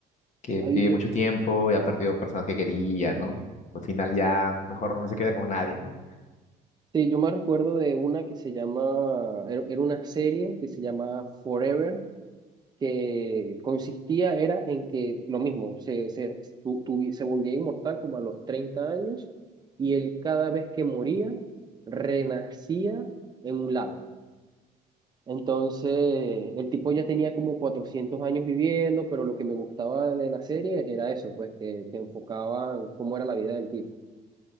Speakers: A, on the left; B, on the right.
A: que
B: Hay-
A: vive
B: yo,
A: mucho tiempo y ha perdido personas que quería, ¿no? Al final ya mejor no se queda con nadie, ¿no?
B: sí, yo me recuerdo de una que se llama, era era una serie que se llama Forever que consistía era en que lo mismo, se, se, tu- tuvi- se volvía inmortal como a los 30 años y él cada vez que moría renacía en un lago. Entonces, el tipo ya tenía como 400 años viviendo, pero lo que me gustaba de la serie era eso, pues que, que enfocaban cómo era la vida del tipo.